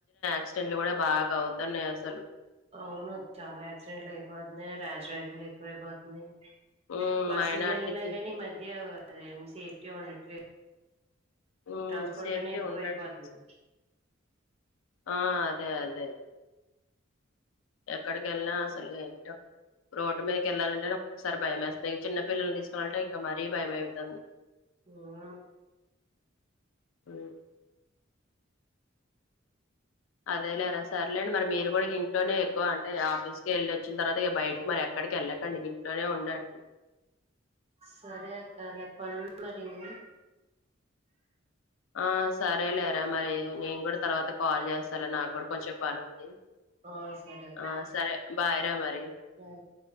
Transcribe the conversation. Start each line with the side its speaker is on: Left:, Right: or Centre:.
Left: ఎక్డెంట్లు కూడా బాగా అవుతన్నాయి అసలు
Right: అవును చాలా యాక్సిడెంట్లు అయిపోతున్నాయి యాష్ డ్రైవింగ్ ఎక్కువైపోతున్నాయి
Left: ఉమ్
Right: బస్సుల్లో
Left: మా ఆయన అట్లిద్ది
Right: వెళ్ళినా కానీ మధ్య అదేం సేఫ్టీ ఉండట్లేదు
Left: ఉమ్
Right: ట్రాన్స్పోర్ట్
Left: సేఫ్టీ
Right: లోనే ఎక్కువ
Left: ఉండట్లే
Right: ఇపోతుదు
Left: ఆ అదే అదే ఎక్కడికి వెళ్ళినా అసలు ఏంటో రోడ్ మీదకి వెళ్లాలంటేక్కసారి భయమ వేస్తుందిక చిన్న పిల్లల్ని తీసుకోవాలంటే ఇంకా మరీ భయం అవుతుంది
Right: ఆ
Left: <inaudible> అదేలేరా సరేండి మరి మీరు కూడా ఇంట్లోనే ఎక్కువ అంటే ఆఫీస్కి వెళ్ళి వచ్చిన తర్వాత ఇక బయటకి మరి ఎక్క అక్కడికి వెళ్ళకండి ఇంట్లోనే ఉండండి
Right: సరే అక్క నాకు పనును మార ను
Left: ఆ సరేలేరా మరి నేను కూడా తర్వాత కాల్ చేస్తానుా నాకు కూడా కొంచెం పని ఉంది
Right: ఆ సరే అక్క
Left: ఆ సరే భారా మరి
Right: బాయ్ అక్క